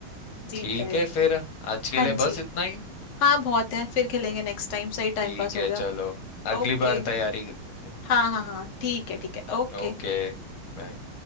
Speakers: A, on the left; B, on the left.
A: जीत
B: ठीक
A: गए
B: है फिर आज के
A: हाँ
B: लिए
A: जी
B: बस इतना ही
A: हाँ बहुत है फिर खेलेंगे नेक्स्ट टाइम सही
B: ठीक
A: टाइम पास हो
B: है
A: गया
B: चलो अगली
A: ओके
B: बार तैयारी ओके
A: हाँ हाँ हाँ ठीक है ठीक है ओके
B: Okay bye